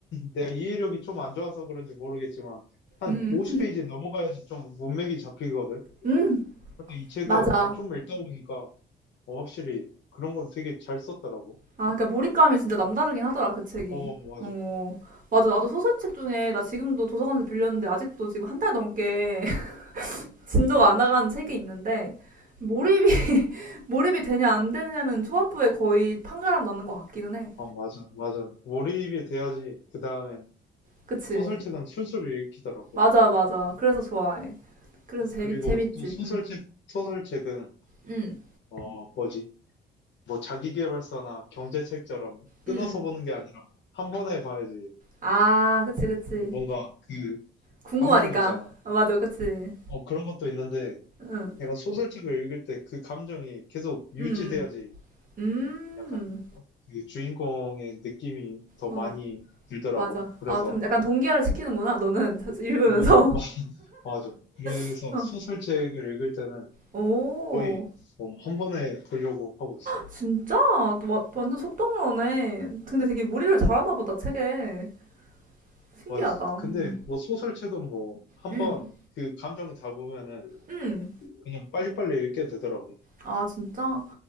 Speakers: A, on the left (about 65°); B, on the right (about 45°).
A: 내가 이해력이 좀 안 좋아서 그런지 모르겠지만 한
B: 음,
A: 50페이지 넘어가야지 좀 문맥이 잡히거든.
B: 음,
A: 근데 이 책은
B: 맞아.
A: 어, 좀 읽다 보니까 어, 확실히 그런 건 되게 잘 썼더라고.
B: 아, 그러니까 몰입감이 진짜 남다르긴 하더라, 그 책이.
A: 어, 맞아.
B: 어, 맞아. 나도 소설책 중에, 나 지금도 도서관에서 빌렸는데, 아직도 지금 한 달 넘게 <laughs> 진도가 안 나가는 책이 있는데, 몰입이, <laughs> 몰입이 되냐, 안 되냐는 초반부에 거의 판가름 나는 것 같기는 해.
A: 어, 맞아, 맞아. 몰입이 돼야지 그 다음에
B: 그치?
A: 소설책은 술술 읽히더라고.
B: 맞아, 맞아. 그래서 좋아해. 그래서 재미,
A: 그리고
B: 재밌지.
A: 또 소설책,
B: 응.
A: 소설책은
B: 응,
A: 어, 뭐지? 뭐 자기계발서나 경제책처럼 끊어서
B: 응.
A: 보는 게 아니라 한 번에 봐야지
B: 아, 그치, 그치.
A: 어, 뭔가 그
B: 궁금하니까.
A: 감정이 있잖아.
B: 아, 맞아, 그치.
A: 어, 그런 것도 있는데
B: 응,
A: 내가 소설책을 읽을 때 그 감정이 계속 유지돼야지
B: 응, 응. 음,
A: 약간 그 주인공의 느낌이 더
B: 어.
A: 많이 들더라고.
B: 맞아.
A: 그래서
B: 아, 좀 약간 동기화를 시키는구나, 너는. 자주 읽으면서.
A: 어, 마- 맞아. 그래서
B: <laughs> 어.
A: 소설책을 읽을 때는
B: 오,
A: 거의 어, 한 번에 보려고 하고 있어.
B: 진짜? 또 와- 완전 속독러네. 근데 되게 무리를 잘하나 보다, 책에. 신기하다.
A: 와,
B: 음.
A: 근데 뭐 소설책은 뭐 한
B: 음.
A: 번 그 감정이 잡으면은
B: 음.
A: 그냥 빨리빨리 읽게 되더라고.
B: 아, 진짜?